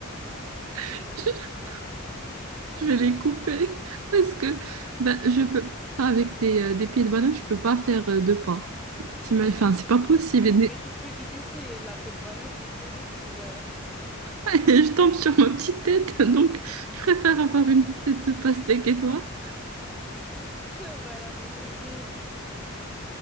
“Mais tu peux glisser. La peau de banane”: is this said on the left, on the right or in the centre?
Centre